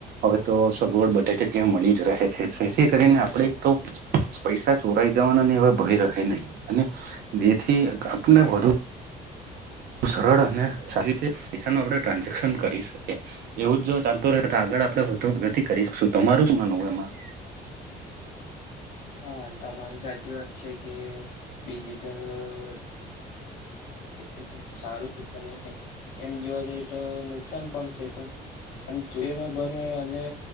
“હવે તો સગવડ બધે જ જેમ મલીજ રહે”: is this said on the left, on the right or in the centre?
Right